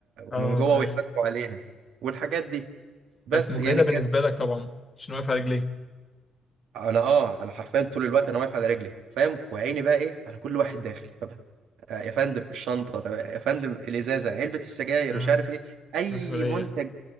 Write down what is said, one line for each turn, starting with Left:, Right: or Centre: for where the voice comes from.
Left: اه
Right: من جوه ويحاسبوا
Left: ايوه
Right: عليها والحاجات دي بس
Left: كانت مجهدة
Right: يعني
Left: بالنسبة
Right: كانت
Left: لك طبعا عشان واقف على رجليك
Right: انا اه انا حرفيا طول الوقت انا واقف على رجلي فاهم وعيني بقى ايه على كل واحد داخل طب آه، يا فندم الشنطه طب يا فندم الازازه علبه السجاير
Left: اه
Right: مش عارف ايه اي
Left: مسؤولية
Right: منتج